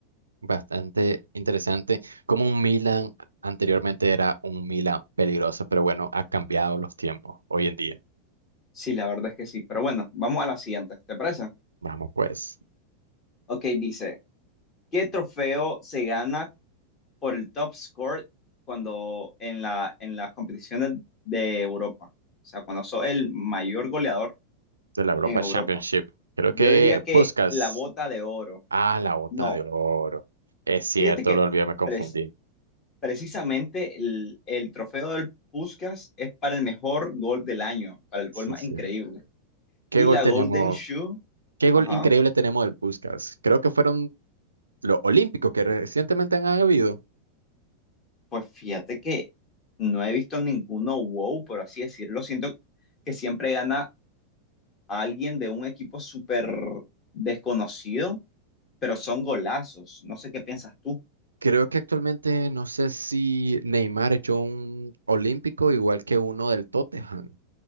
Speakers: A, on the right; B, on the left.
A: Bastante interesante, como un Milan anteriormente era un Milan peligroso, pero bueno, ha cambiado los tiempos hoy en día.
B: Sí, la verdad es que sí, pero bueno, vamos a la siguiente, ¿te parece?
A: Vamos pues,
B: Ok, dice, ¿qué trofeo se gana? por el top score cuando en la, en las competiciones de Europa. O sea, cuando sos el mayor goleador
A: de la Europa
B: en Europa.
A: Championship. Creo
B: Yo
A: que
B: diría que
A: Puskas,
B: la bota de oro.
A: ah, la bota
B: No,
A: de oro. Es cierto,
B: fíjate que
A: lo olvidé, me confundí.
B: pres- precisamente el, el trofeo del Puskás es para el mejor gol del año, para el gol
A: Sí,
B: más
A: sí.
B: increíble.
A: ¿Qué
B: Y
A: gol
B: la
A: tenemos?
B: Golden Shoe,
A: Qué gol
B: ajá,
A: increíble tenemos del Puskás. Creo que fueron los olímpicos que recientemente han habido.
B: pues fíjate que no he visto ninguno wow, por así decirlo. Siento que siempre gana a alguien de un equipo súper desconocido, pero son golazos. No sé qué piensas tú.
A: Creo que actualmente no sé si Neymar echó un olímpico igual que uno del Tottenham.